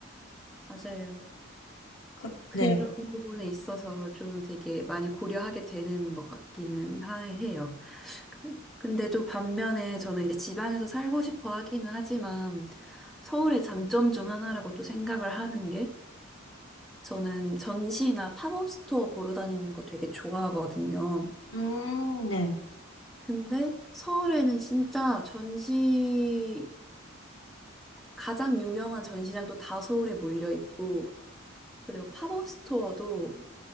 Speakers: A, in the centre; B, on the left.
A: 맞아요.
B: 그,
A: 그런
B: 네.
A: 부분에 있어서 좀 되게 많이 고려하게 되는 것 같기는 하- 해요. 그- 근데 또 반면에 저는 이제 지방에서 살고 싶어 하기는 하지만 서울의 장점 중 하나라고 또 생각을 하는 게 저는 전시나 팝업 스토어 보러 다니는 거 되게 좋아하거든요.
B: 음, 네.
A: 근데 서울에는 진짜 전시 가장 유명한 전시장도 다 서울에 몰려 있고 그리고 팝업 스토어도